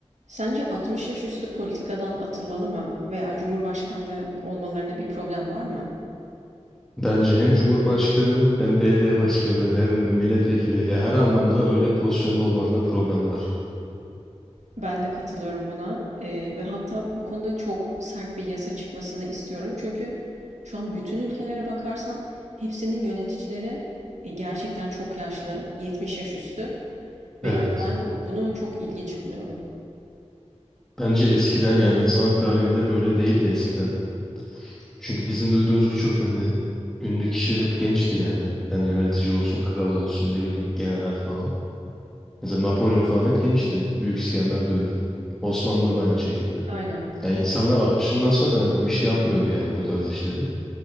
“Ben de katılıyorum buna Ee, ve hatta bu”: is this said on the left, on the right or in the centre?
Right